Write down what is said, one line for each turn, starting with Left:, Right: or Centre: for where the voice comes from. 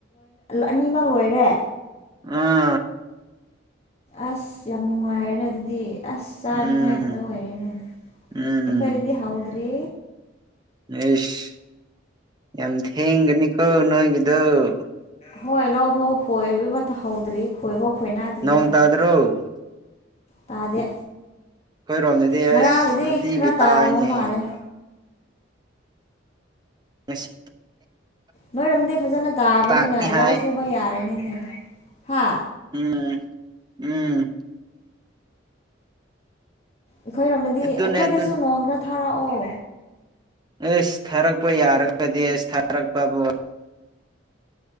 Left: ꯑꯅꯤꯃꯛ ꯂꯣꯏꯔꯦ
Right: ꯎꯝ
Left: ꯑꯁ ꯌꯥꯝ ꯅꯨꯡꯉꯥꯏꯔꯦ ꯑꯗꯨꯗꯤ ꯑꯁ ꯆꯥꯅꯤꯡꯉꯥꯏꯈꯛꯇ
Right: ꯎꯝ
Left: ꯑꯣꯏꯔꯦꯅꯦ
Right: ꯎꯝ
Left: ꯑꯩꯈꯣꯏꯗꯗꯤ ꯍꯧꯗ꯭ꯔꯤ
Right: ꯏꯁ ꯌꯥꯝ ꯊꯦꯡꯒꯅꯤꯀꯣ ꯅꯣꯏꯒꯤꯗꯨꯣ
Left: ꯍꯣꯏ ꯂꯧ ꯐꯥꯎ ꯈꯣꯏꯕ ꯍꯧꯗ꯭ꯔꯤ ꯈꯣꯏꯕ ꯈꯣꯏꯅꯥꯗ꯭ꯔꯤꯗ
Right: ꯅꯣꯡ ꯇꯥꯗ꯭ꯔꯣ
Left: ꯇꯥꯗꯦ
Right: ꯑꯩꯈꯣꯏꯔꯣꯝꯗꯗꯤ ꯑꯁ
Left: ꯉꯔꯥꯡꯕꯨꯗꯤ
Right: ꯅꯨꯡꯇꯤꯒꯤ
Left: ꯈꯔ
Right: ꯇꯥꯏꯅꯦ
Left: ꯇꯥꯔꯝꯕ ꯃꯥꯜꯂꯦ
Right: ꯉꯁꯤ
Left: ꯅꯣꯏꯔꯣꯝꯗꯤ ꯐꯖꯅ ꯇꯥꯕꯅꯤꯅ
Right: ꯇꯥꯒꯅꯤ ꯍꯥꯏ
Left: ꯂꯧ ꯁꯨꯕ ꯌꯥꯔꯅꯤꯅꯦ ꯍꯥ
Right: ꯎꯝ ꯎꯝ
Left: ꯑꯩꯈꯣꯏꯔꯣꯝꯗꯗꯤ
Right: ꯑꯗꯨꯅꯦ
Left: ꯑꯩꯈꯣꯏꯗꯁꯨ
Right: ꯑꯗꯨꯅꯦ
Left: ꯅꯣꯡ ꯈꯔ ꯊꯥꯔꯛꯑꯣ
Right: ꯑꯩꯁꯁ ꯊꯥꯔꯛꯄ ꯌꯥꯔ <unintelligible> ꯑꯦꯁ ꯊꯥꯔꯛꯄꯕꯨ